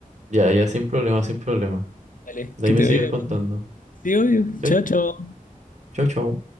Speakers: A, on the right; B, on the left.
A: Ya, ya, sin problema, sin problema.
B: Vale,
A: De
B: que
A: ahí me
B: te
A: sigues
B: vaya
A: contando.
B: bien. Sí, obvio.
A: Chau,
B: Chao, chao.
A: chau, chau.